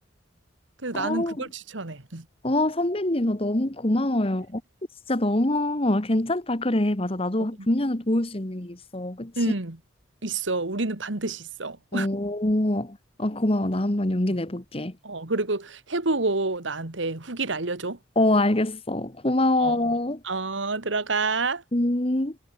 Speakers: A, on the right (about 80°); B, on the left (about 30°).
A: 그래서
B: 어,
A: 나는 그걸 추천해.
B: 어, 선배님, 너 너무 고마워요. 어, 진짜 너무 괜찮다. 그래, 맞아. 나도
A: 어,
B: 분명히 도울 수 있는 게 있어. 그치?
A: 음, 있어. 우리는 반드시 있어.
B: 어, 어, 고마워. 나 한번 용기
A: <laughs>
B: 내볼게.
A: 어, 그리고 해보고 나한테 후기를 알려줘.
B: 어, 알겠어. 고마워.
A: 어, 어, 들어가.
B: 음.